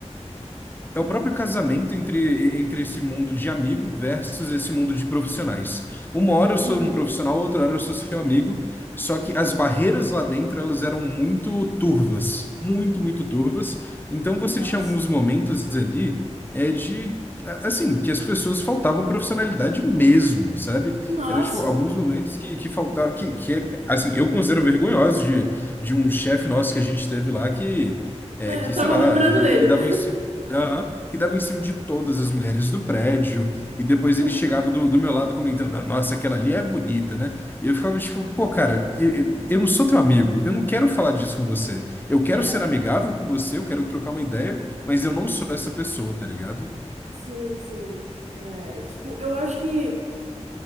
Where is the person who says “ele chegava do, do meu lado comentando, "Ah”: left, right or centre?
Left